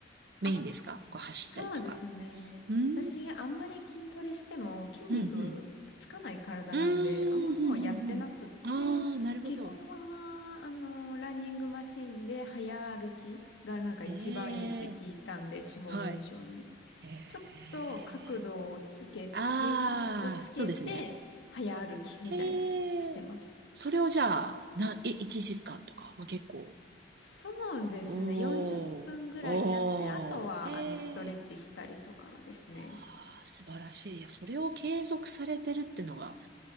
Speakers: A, on the right; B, on the left.
A: メインですかこう走ったりとか。
B: あそうですね。
A: うーん、
B: 私、あんまり筋トレしても筋肉つかない体なんで、
A: うん、うん。うーん、
B: あんまもうやってなくって、
A: うん、うんうん。ああ、なるほど。
B: 基本は、あの、ランニングマシンで早歩きがなんか一番いいって聞いたんで、
A: へえ、
B: 脂肪燃焼に。
A: はい。へえ。
B: ちょっと角度をつけ、
A: ああ、
B: 傾斜をつけて、
A: そうですね。
B: 早歩きみたいな、
A: へえ。
B: してます。
A: それをじゃあ、な、え、1時間とか、まあ、結構。
B: そうですね。
A: おー、
B: 40分ぐらいやって、
A: おー、
B: あとは、
A: へえ。
B: あの、ストレッチしたりとかですね。
A: あー素晴らしい。いや、それを継続されてるってのが、